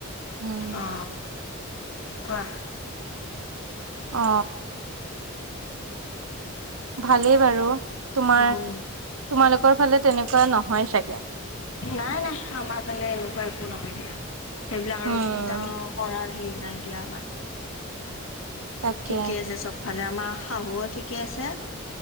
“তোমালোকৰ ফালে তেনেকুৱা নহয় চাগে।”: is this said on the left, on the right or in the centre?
Right